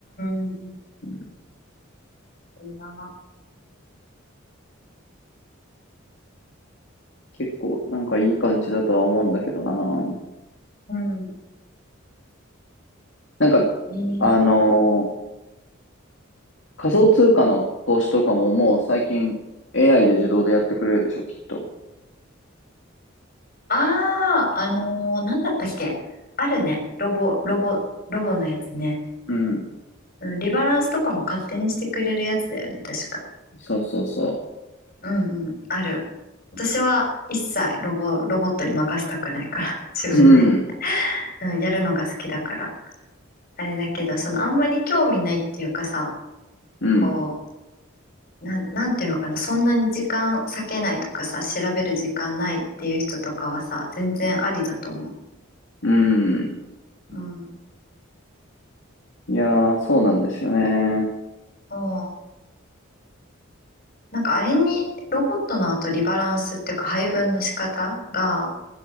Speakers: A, on the left (about 45°); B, on the left (about 60°).
A: ん。
B: うん
A: そんな
B: 結構なんかいい感じだとは思うんだけどな。
A: うん。
B: なんか、
A: ねえ。
B: あのー仮想通貨の投資とかももう最近 AI で自動でやってくれるでしょ、きっと。
A: あー、あのー、なんだったっけ。あるね。ロボ、ロボ、ロボのやつね。
B: うん。
A: うん。リバランスとかも勝手にしてくれるやつだよね。確か。
B: そうそうそ
A: うんうん、ある。私は一切ロボ、ロボットに任せたくないから、<laughs> 自分で、
B: う。うん。
A: うん、やるのが好きだから。あれだけど、そのあんまり興味ないっていうかさ、
B: うん。
A: こう、なん、なんていうのかな、そんなに時間割けないとかさ、調べる時間ないっていう人とかはさ、全然ありだと思
B: うん。
A: う。うん。
B: いやー、そうなんですよね。
A: おうなんかあれに、ロボットの後リバランスっていうか配分の仕方が、